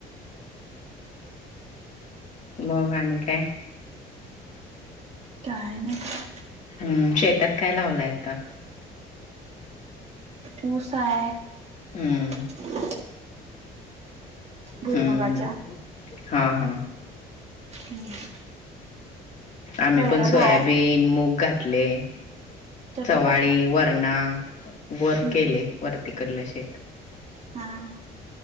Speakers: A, on the left; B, on the right.
A: मग आणि काय.
B: काय नाही.
A: हम्म शेतात काय लावलाय आता.
B: ऊस आहे.
A: हम्म.
B: ह. भुईमगाच्या
A: हम्म हा हा.
B: हम्म.
A: आम्ही
B: वैरण
A: पण सोयाबीन
B: हाय
A: मूग घातली आहे.
B: कधी
A: चवळी
B: घातलाय
A: वरणा वर
B: हम्म
A: केले वरतीकडलं शेत
B: हा हा.